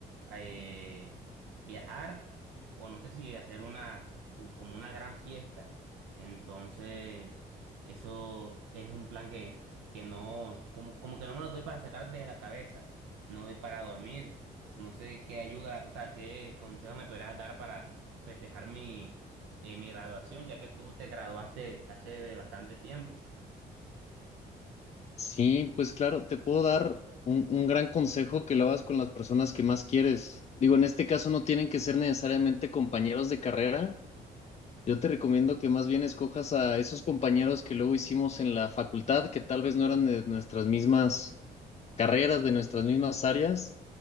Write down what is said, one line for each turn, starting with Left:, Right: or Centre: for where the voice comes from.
Right: eh, viajar o no sé si hacer una, u- como una gran fiesta. Entonces, eso es un plan que, que no, como, como que no me lo doy para sacar de la cabeza no doy para dormir. No sé qué ayuda, o sea, qué consejo me podrás dar para festejar mi, eh, mi graduación, ya que tú te graduaste hace bastante tiempo.
Left: Sí, pues claro, te puedo dar un, un gran consejo que lo hagas con las personas que más quieres. Digo, en este caso no tienen que ser necesariamente compañeros de carrera. Yo te recomiendo que más bien escojas a esos compañeros que luego hicimos en la facultad, que tal vez no eran de nuestras mismas carreras, de nuestras mismas áreas,